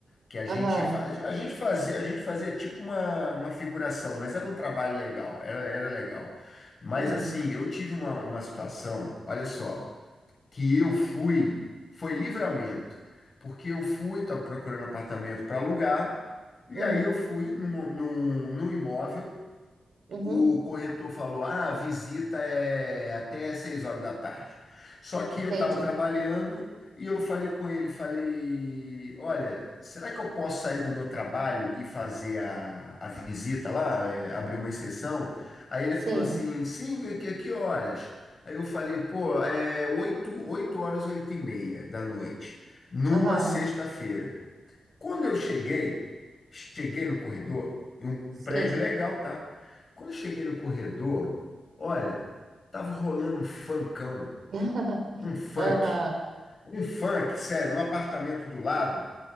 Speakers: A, on the left; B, on the right.
A: que a gente
B: Aham.
A: fa- a gente fazia a gente fazia tipo uma, uma figuração, mas era um trabalho legal, era, era legal. Mas
B: Uhum.
A: assim, eu tive uma, uma situação, olha só, que eu fui, foi livramento, porque eu fui, estava procurando apartamento para alugar, e
B: Uhum.
A: aí eu fui num, num, num imóvel
B: Uhum.
A: o corretor falou: ah, a visita é até 6 horas da tarde. Só que
B: Entendi.
A: eu estava trabalhando e eu falei com ele, falei, olha, será que eu posso sair do meu trabalho e fazer a, a visita lá, é, abrir uma exceção? Aí ele
B: Sim.
A: falou assim, sim, que, que horas? Aí eu falei, pô, é oito, 8 horas, 8 e meia da noite, numa
B: Aham.
A: sexta-feira. Quando eu cheguei, cheguei no corredor, e um
B: Sim.
A: prédio legal, tá? Quando eu cheguei no corredor, olha, tava rolando um funkão,
B: <laughs>
A: um funk,
B: Aham.
A: um funk, sério, no apartamento do lado,